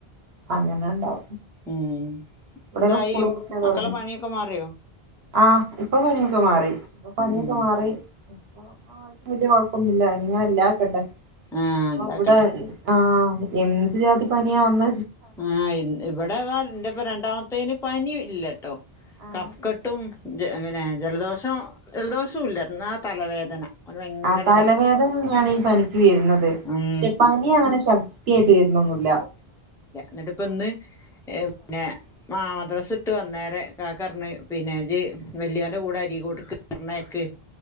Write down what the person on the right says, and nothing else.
അങ്ങനെ ഉണ്ടാവും
ഇവിടെൊക്കെ
സ്കൂൾ കുറ
പറങ്ങു
ആ ഇപ്പൊ പനിയൊക്കെ മാറി ഇപ്പൊ പനിയൊക്കെ
മാറി ഇപ്പൊ ആർക്കും വലിയ കൊഴപ്പൊന്നുമില്ല അങ്ങനെ എല്ലാക്കട്ടെ
അവിടെ ആഹ എ ജാതി പനിയ വന്ന
ആഹ്
ആ തലവേദന തന്നെയാണ് ഈ പനിക്ക് വരുന്നത് പക്ഷെ
പനി അങ്ങനെ ശക്തിയായിട്ട് വരുന്നൊന്നൂല്ല